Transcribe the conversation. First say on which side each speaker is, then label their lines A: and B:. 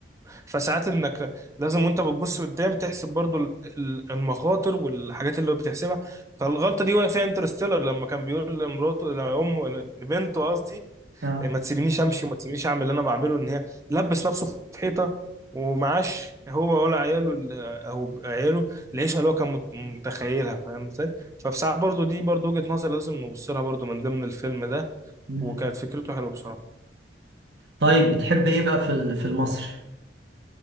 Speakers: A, on the right; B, on the right.
A: فساعات انك لازم وانت بتبص قدام تحسب برضو ال- ال- المخاطر والحاجات اللي هو بتحسبها فالغلطه دي وقع فيها انترستيلر لما كان بيقول لمراته لامه لبنته قصدي
B: اه
A: "إيه، ما تسيبنيش امشي وما تسيبنيش اعمل اللي انا بعمله ان هي لبس نفسه في حيطه ومعاش هو ولا عياله ال- او عياله العيشه اللي هو كان مت- متخيلها فاهم ازاي ففي ساعات برضو دي برضو وجهه نظر لازم نبص لها برضو من ضمن الفيلم ده
B: مم.
A: وكانت فكرته حلوه بصراحه
B: طيب بتحب ايه بقى في ال- في المصري